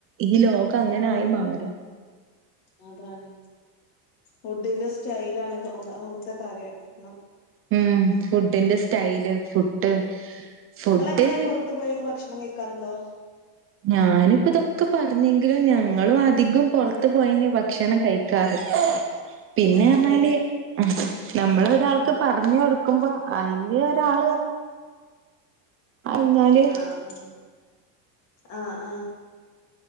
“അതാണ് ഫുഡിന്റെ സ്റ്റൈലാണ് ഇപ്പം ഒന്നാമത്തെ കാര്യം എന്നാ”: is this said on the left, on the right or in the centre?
Left